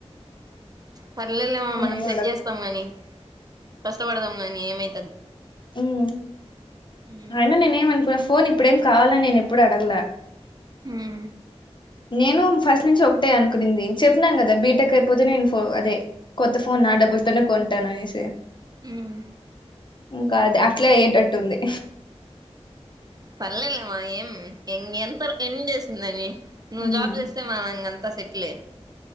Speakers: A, on the right; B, on the left.
A: పర్లేలేమ మనం
B: ఏం
A: సెట్ చేస్తాం గాని కష్టపడుదాం గాని ఏమై
B: మ్
A: ఉమ్
B: అయినా నీనేం అనుకోలే అస్ పోన్ ఇప్పుడేం కావాలని నేనెప్పుడూ అడగలే
A: మ్
B: నేను ఫస్ట్ నుంచి ఒకటే అనుకుంది చెప్పిన కదా బీటెక్ అయిపోతే నేను ఫో అదే కొత్త ఫోన్ నా డబ్బులతోనే కొంటాననేసి
A: మ్
B: ఇంకా అద్ అట్లే అయ్యేటట్టుంది
A: పర్లేలేమా ఏం ఇంగెంత ఎన్ని డేసుందని నువ్వు
B: ఉమ్,
A: జాబ్ చేస్తే మన ఇంగంతా సెటిలే